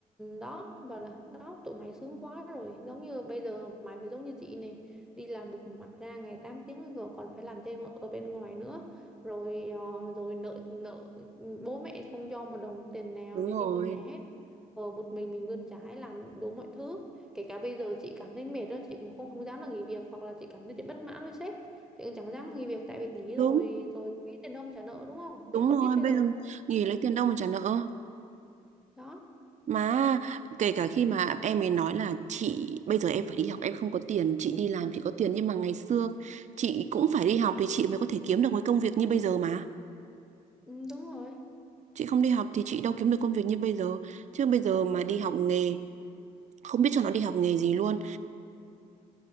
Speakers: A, in the centre; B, on the right.
A: đó bảo là đó tụi mày sướng quá rồi giống như bây giờ mày phải giống như chị này đi làm bục mặt ra ngày 8 tiếng rồi còn phải làm thêm ở ở bên ngoài nữa rồi ờ, rồi nợ nợ bố mẹ không cho một đồng tiền nào
B: đúng
A: để
B: rồi
A: đi mua nhà hết ờ, một mình mình bươn chải làm đủ mọi thứ kể cả bây giờ chị cảm thấy mệt đó chị cũng không không dám là nghỉ việc hoặc là chị cảm thấy chị bất mãn với sếp chị cũng chẳng dám nghỉ việc tại vì nghỉ
B: đúng
A: rồi rồi tiền không trả nợ đúng không
B: đúng
A: tụi con
B: rồi
A: nít bây
B: bây
A: giờ
B: giờ
A: nó
B: nghỉ
A: cũng-
B: lấy tiền đâu mà trả nợ
A: đó
B: mà kể cả khi mà em ấy nói là chị bây giờ em phải đi học em không có tiền chị đi làm chị có tiền nhưng mà ngày xưa chị cũng phải đi học thì chị mới có thể kiếm được cái công việc như bây giờ mà
A: ừ, đúng rồi
B: chị không đi học thì chị đâu kiếm được công việc như bây giờ chứ bây giờ mà đi học nghề không biết cho nó đi học nghề gì luôn